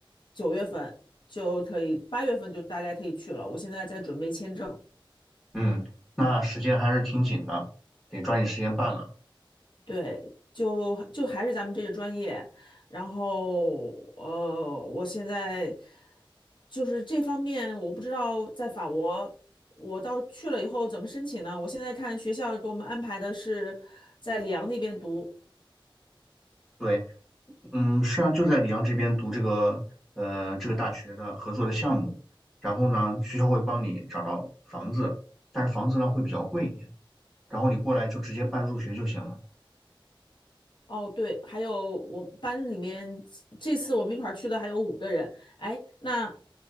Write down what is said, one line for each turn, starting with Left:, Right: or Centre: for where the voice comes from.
Left: 九月份就可以，八月份就大概可以去了。我现在在准备签证。
Centre: 嗯，那时间还是挺紧的，得抓紧时间办了。
Left: 对，就就还是咱们这个专业，然后呃，我现在就是这方面，我不知道在法国，我到去了以后怎么申请呢？我现在看学校给我们安排的是在里昂那边读。
Centre: 对，嗯，是啊，就在里昂这边读这个呃这个大学的合作的项目，然后呢，学校会帮你找到房子，但是房子呢会比较贵一点，然后你过来就直接办入学就行了。
Left: 哦，对，还有我班里面这次我们一块儿去的还有五个人。哎，那